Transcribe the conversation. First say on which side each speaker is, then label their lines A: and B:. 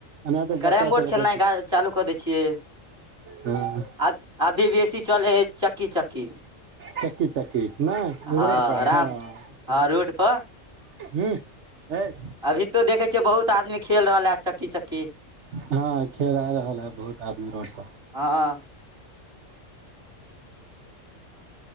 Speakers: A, on the right (about 65°); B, on the right (about 20°).
A: एना तऽ
B: कैरम
A: बच्चा
B: बोर्ड
A: सब
B: खेलनाइ
A: <unintelligible>
B: चालू कऽ दै छियै
A: हँ ह।
B: आब अभी बेसी चलै अइ चक्की- चक्की।
A: चक्की चक्की नय रोड
B: हँ आराम
A: पर हँ
B: हँ रोड पर
A: ह। हय।
B: अभी तो देखै छियै बहुत आदमी खेल रहल हैत चक्की- चक्की।
A: हँ खेलआ रहल है बहुत आदमी रोड पर।
B: हँ-हँ।